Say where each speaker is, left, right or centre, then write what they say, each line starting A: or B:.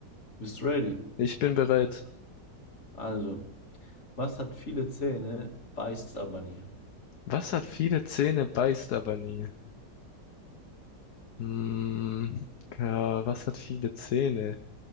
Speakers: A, on the left; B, on the left.
A: Bist du ready?
B: Ich bin bereit.
A: Also, was hat viele Zähne, beißt aber nie?
B: Was hat viele Zähne, beißt aber nie? Hm, ja, was hat viele Zähne?